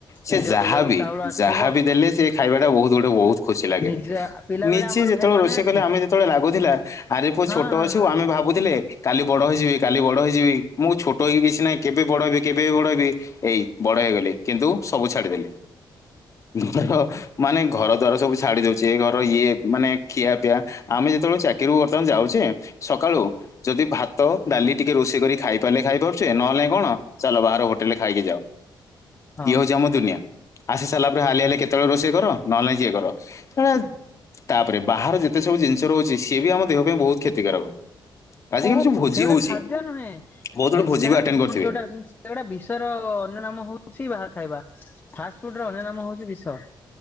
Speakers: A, on the left; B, on the left.
A: ସେ
B: ନିଜ
A: ଯାହା
B: ବିଲରୁ
A: ବିି
B: ଚାଉଳ ଆସିଥିବ
A: ଯାହାବି ଦେଲେ ସେ ଖାଇବାଟା ବହୁତ ଗୋଟେ ବହୁତ ଖୁସି ଲାଗେ
B: ନିଜ ପିଲା ବେଳେ
A: ନିଜେ
B: ଆମର
A: ଯେତେବେଳେ
B: ଭାଇ ମନେ
A: ରୋଷେଇ
B: ଅଛି
A: କଲେ ଆମେ ଯେତେବେଳେ ଲାଗୁଥିଲା ଆରେ ପୁଅ
B: ହଁ
A: ଛୋଟ
B: ହଁ
A: ଅଛୁ
B: ହଁ
A: ଆମେ ଭାବୁଥିଲେ କାଲି ବଡ଼ ହୋଇଯିବି କାଲି ବଡ଼ ହୋଇଯିବି ମୁଁ ଛୋଟ ହେକି କିଛି ନାହିଁ କେବେ ବଡ ହେବି କେବେ ବି ବଡ ହେବି ଏଇ ବଡ ହେଇଗଲି କିନ୍ତୁ ସବୁ ଛାଡିଦେଲି। ଘର ମାନେ ଘର ଦ୍ଵାରା ସବୁ ଛାଡି ଦଉଛି ଘର ଇଏ ମାନେ ଖିଆ ପିଆ ଆମେ ଯେତେବେଳେ ଚାକିରିରୁ ବର୍ତ୍ତମାନ ଯାଉଚେ ସକାଳୁ ଯଦି ଭାତ ଡାଲି ଟିକେ ରୋଷେଇ କରି ଖାଇ ପାରିଲେ ଖାଇ ପାରୁଛେ ନହେଲେ ନାଇଁ କଣ ଚାଲ ବାହାର ହୋଟେଲରେ ଖାଇକି ଯାଅ
B: ହଁ।
A: ଇଏ ହଉଛି ଆମ ଦୁନିଆ। ଆସି ସାରିଲା ପରେ ହାଲିଆ ହେଲେ କେତେବେଳେ ରୋଷେଇ କର ନହେଲେ ସିଏ କର ଶଳା ତାପରେ ବାହାର ଯେତେ ସବୁ ଜିନିଷ ରହୁଛି ସିଏ ବି ଆମ ଦେହ ପାଇଁ ବହୁତ କ୍ଷତିକାରକ। ଆଜିକାଲି
B: ହୋ ହୋ ସେ
A: ଯୋଉ ଭୋଜି
B: ଗୋଟେ
A: ହଉଚି
B: ଖାଦ୍ୟ ନୁହେଁ
A: ବହୁତ ଗୁଡେ
B: ଇନାଣ୍ଟ
A: ଭୋଜି ବି ଆଟେଣ୍ଡ
B: ଫୁଡ
A: କରିଥିବେ
B: ଯୋଉଟା ଅଛନ୍ତି ଏଗୁଟା ବିଶର ଅନ୍ୟ ନାମ ହଉଛି ବାହାର ଖାଇବା ଫାଷ୍ଟ ଫୁଡ ର ଅନ୍ୟ ନାମ ହଉଛି ବିଷ।